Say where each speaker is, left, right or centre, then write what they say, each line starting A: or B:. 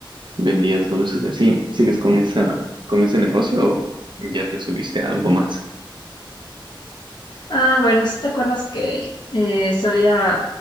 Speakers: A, on the right; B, on the left.
A: vendías dulces y así. ¿Sigues con esa, con ese negocio o ya te subiste a algo más?
B: Ah, bueno, si te acuerdas que eh, sabía